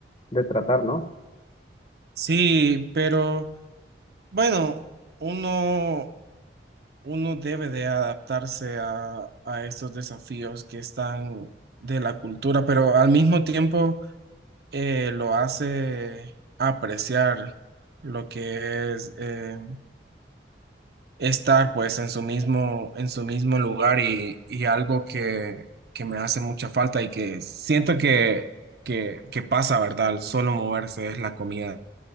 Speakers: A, on the left (about 30°); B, on the right (about 60°).
A: de tratar, ¿no?
B: Sí, pero bueno, uno uno debe de adaptarse a, a estos desafíos que están de la cultura, pero al mismo tiempo eh, lo hace apreciar lo que es eh, estar pues en su mismo, en su mismo lugar y, y algo que, que me hace mucha falta y que siento que, que, que pasa, ¿verdad? Al solo moverse es la comida.